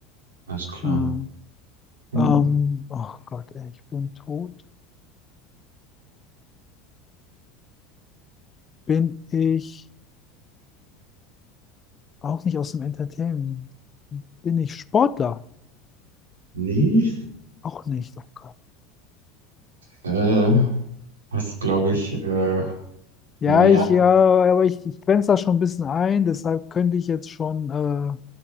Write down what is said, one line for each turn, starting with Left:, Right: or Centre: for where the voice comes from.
Right: alles klar.
Left: Ähm,
Right: Hm.
Left: ähm, oh Gott, ey, ich bin tot. Bin ich auch nicht aus dem Entertainment? Bin ich Sportler?
Right: Nee,
Left: Auch nicht, oh Gott.
Right: äh, hast, glaube ich, äh,
Left: Ja,
Right: mehr.
Left: ich, ja, aber ich, ich grenze da schon ein bisschen ein, deshalb könnte ich jetzt schon, äh,